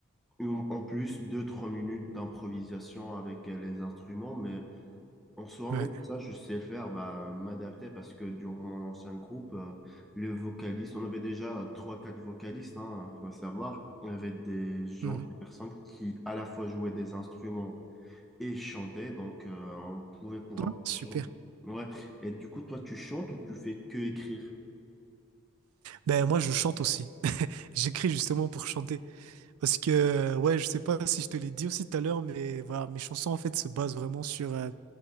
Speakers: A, in the centre; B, on the right.
A: Ou En plus, deux trois minutes d'improvisation avec euh, les instruments, mais en soi,
B: ouais.
A: même ça, je sais faire, bah, m'adapter parce que durant mon ancien groupe, euh, le vocaliste, on avait déjà euh, trois quatre vocalistes, hein, faut savoir, on avait des gens,
B: mhm.
A: des personnes qui à la fois jouaient des instruments et chantaient, donc euh, on pouvait pour
B: Ouais,
A: un- changer.
B: Super.
A: Ouais. Et du coup, toi, tu chantes ou tu fais que écrire?
B: Ben moi je chante aussi. J'écris justement pour chanter parce que euh, ouais, je sais pas si je te l'ai dit aussi tout à l'heure mais voilà, mes chansons en fait se basent vraiment sur euh,